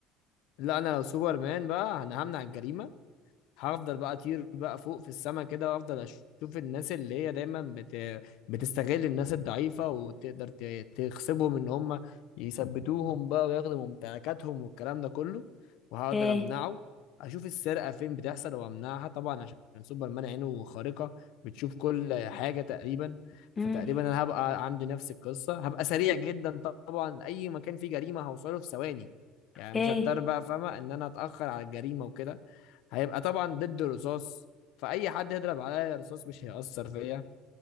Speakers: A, on the left; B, on the left.
A: لا انا لو سوبرمان بقى انا همنع الجريمه هفضل بقى اطير بقى فوق في السما كده وافضل اشوف الناس اللي هي دايما بت... بتستغل الناس الضعيفة وتقدر ت... تخسبهم ان هم يثبتوهم بقى وياخدوا ممتلكاتهم والكلام ده كله وهقدر
B: اوكي
A: امنعه اشوف السرقة فين بتحصل وامنعها طبعا عشان سوبرمان عينه خارقة بتشوف كل حاجة تقريبا
B: امم
A: فتقريبا انا هبقى عندي نفس القصة هبقى سريع جدا طبعا اي مكان فيه جريمة هوصله في ثواني يعني
B: اوكي
A: مش هضطر بقى فاهمة ان انا اتأخر على الجريمة وكده هيبقى طبعا ضد رصاص فاي حد يضرب عليا رصاص مش هيأثر فيا